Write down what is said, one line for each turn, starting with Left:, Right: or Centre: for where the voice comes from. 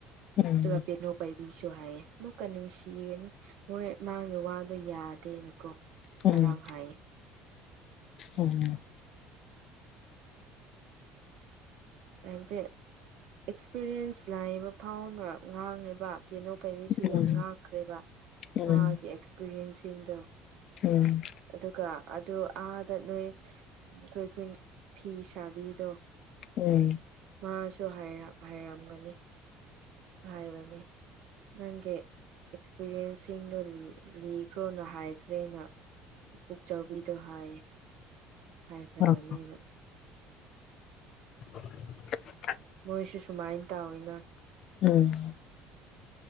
Left: ꯎꯝ
Right: ꯑꯗꯨꯒ ꯄꯦꯅꯨꯄꯩ ꯕꯤꯁꯨ ꯍꯥꯏꯌꯦ ꯃꯀ ꯅꯨꯡꯁꯤꯒꯅꯤ ꯃꯣꯏ ꯃꯥꯒꯤ ꯋꯥꯗꯣ ꯌꯥꯗꯦꯅꯀꯣ
Left: ꯎꯝ
Right: ꯉꯔꯥꯡ ꯍꯥꯏꯌꯦ
Left: ꯎꯝ
Right: ꯍꯥꯏꯕꯁꯦ ꯑꯦꯛꯁꯄꯤꯔꯤꯌꯦꯟꯁ ꯂꯥꯛꯏꯕ ꯐꯥꯎꯅ ꯉꯥꯡꯉꯤꯕ ꯇꯦꯅꯣ ꯄꯥꯏꯕꯤꯁꯨ
Left: ꯎꯝ
Right: ꯌꯥꯝ ꯉꯥꯛꯈ꯭ꯔꯦꯕ
Left: ꯎꯝ
Right: ꯃꯥꯒꯤ ꯑꯦꯛꯁꯄꯤꯔꯤꯟꯁꯁꯤꯡꯗꯣ
Left: ꯎꯝ
Right: ꯑꯗꯨꯒ ꯑꯗꯨ ꯑꯥꯗ ꯅꯣꯏ ꯑꯩꯈꯣꯏ ꯑꯩꯈꯣꯏ ꯐꯤ ꯁꯥꯕꯤꯗꯣ
Left: ꯎꯝ
Right: ꯃꯥꯁꯨ ꯍꯥꯏꯔꯝꯒꯅꯤ ꯍꯥꯏꯕꯅꯤ ꯅꯪꯒꯤ ꯑꯦꯛꯁꯄꯤꯔꯤꯌꯦꯟꯁꯁꯤꯡꯗꯣ ꯂꯤꯈ꯭ꯔꯣꯅ ꯍꯥꯏꯈ꯭ꯔꯦꯅ ꯄꯨ ꯄꯨꯛꯆꯕꯤꯗꯣ ꯍꯥꯏ ꯍꯥꯏꯈ꯭ꯔꯕꯅꯤꯅ
Left: ꯎꯝ <unintelligible>
Right: ꯃꯣꯏꯁꯨ ꯁꯨꯃꯥꯏꯅ ꯇꯧꯋꯤꯅ
Left: ꯎꯝ